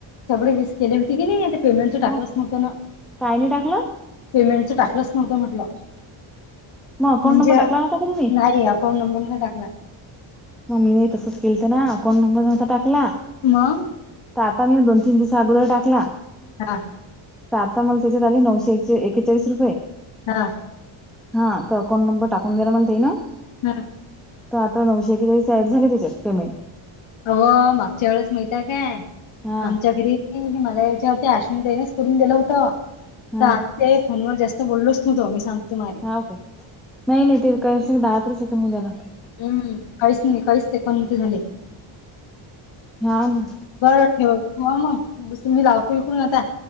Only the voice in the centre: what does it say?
मग
काय नाही टाकल?
मग अकाउंट
नंबर टाकला
नव्हता का तुम्ही
मग मी तसंच केलत ना अकाउंट नंबर नव्हता टाकला.
तर आता मी दोन तीन दिवस अगोदर टाकला.
तर आता मला त्याच्यात आली नऊशे एकेचाळीस रुपये.
हा तो अकाऊंट नंबर टाकून जरा मला देना.
तर आता नऊशे एकेचाळीस ऍड झाले त्याच्यात पेमेंट?
हा
हा
हा, ओके. नाही नाही ते काही दहा तर सेकंद द्याना.
हा ना.